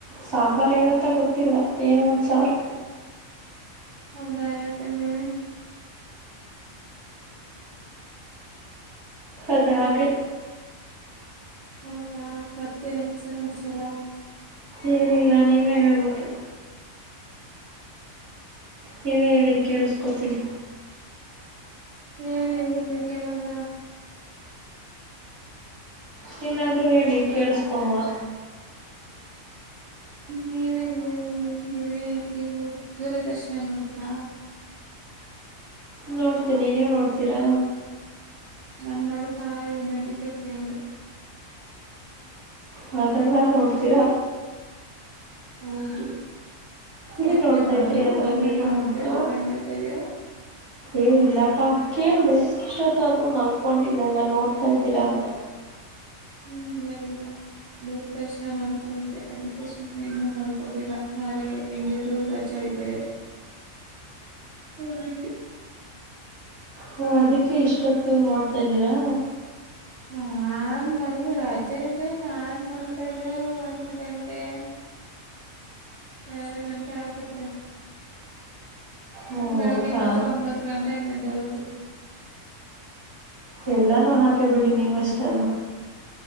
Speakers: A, on the right; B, on the right.
A: ಸಾಂಬಾರ್ ಏನಂತ ಗೊತ್ತಿಲ್ಲ ಏನ ಒಂದ್ ಸಾರು.
B: ಹೌದಾ ಯಾಕನ್ನೆ
A: ಅದ ಹಾಗೆ
B: ಹೌದಾ ಮತ್ತೆ ಎನ್ ಸಮಾಚಾರ?
A: ಏನಿಲ್ಲ ನೀವೇ ಹೇಳ್ಬೋದು? ನೀವ ಹೇಳಿ ಕೇಳಿಸ್ಕೋತೀನಿ.
B: ಹೇಳೇ ನೀನ ಕೆೇಳದ?
A: ನೀನಾದ್ರೂ ಹೇಳಿ ಕೇಳಸ್ಕೊಣುವ?
B: ನೀವೆಲ್ಲಿ ನೀವೇ ನೀವು ದೂರದರ್ಶನ ನೋಡ್ತೀರಾ?
A: ನೋಡ್ಸ ನೀ ನೀವು ನೋಡ್ತೀರಾ?
B: ನನ್ನೂರು ತಳೆ ವಿನೋದಿಕಕ್ಕಂಡ
A: ಹಾದ ಎಲ್ಲ ನೋಡ್ತೀರಾ?
B: ಹೌದು.
A: ಏನು
B: ಯಾಕ
A: ನೋಡ್ತಾ
B: ನೀವ್ ನೋಡಲ್ಲ
A: ಇದ್ರಿ ಅದರಲ್ಲಿ
B: ನಾನ್ ಅಬ್
A: ನೋಡಿ
B: ನೋಡ್ದಂಗ ಹೇಳ್ತಾ ಇದ್ದೀರಾ?
A: ಏ ಇಲ್ಲಪ್ಪ ಕೇಳ್ರೆ ಇಷ್ಟೊತ್ತ ಮಲ್ಕೊಂಡಿಲ್ಲಲ್ಲ ನೋಡ್ತಾ ಇದಿದ್ದೀರಾ ಅಂತ.
B: ಹ್ಮ್ ಇಲ್ಲ ಇಲ್ಲ ದೂರ್ದರ್ಶನ ನೋಡ್ತಾ ತೆ ಅದಕ್ಕೆ ಸುಮ್ನೆ ಇಂದ ನೋಡ್ಕೋದಿಲ್ಲ ನಾಳೆ ಹೆಂಗಿದ್ರು ರಜೆ ಇದೆ. ಹತೆ
A: ಹ ಅದಕ್ಕೆ ಇಷ್ಟೊತ್ತು ನೋಡ್ತಾ ಇದ್ದೀರಾ?
B: ನಾನ್ ಮಲ್ಗೆ ರಜೆ ಇದ್ರೆ ನಾನ್ ಮಲ್ಗದೆ ಒಂದ್ ಗಂಟೆ. ಎರಡು ಗಂಟೆ ಆಗ್ಬಟ್ಟೆ
A: ಓ
B: ಬೆಳಿಗ್ಗೆ
A: ಹೌದಾ
B: ಮಾತ್ರ ಒಂಬತ್ತು ಹತ್ತು ಗಂಟೆ ಹಂಗ ದೊಡದು
A: ಎಲ್ಲರೂ ಹಾಗೆ ಬಿಡಿ ನೀವು ಅಷ್ಟೇ ಅಲ್ಲ